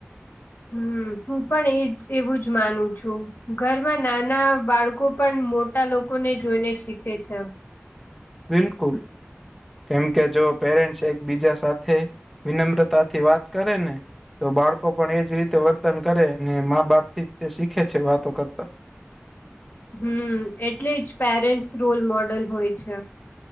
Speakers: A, on the left; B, in the centre.
A: હમ હું પણ એજ એવું જ માનું છું. ઘરમાં નાના બાળકો પણ મોટા લોકો ને જોઈને શીખે છે.
B: બિલકુલ. કેમ કે જો પેરેન્ટ્સ એકબીજા સાથે વિનમ્રતાથી વાત કરે ને તો બાળકો પણ એજ રીતે વર્તન કરે ને મા બાપથી તે શીખે છે. વાતો કરતા
A: હમ એટલે જ પેરેન્ટ્સ રોલ મોડલ હોય છે.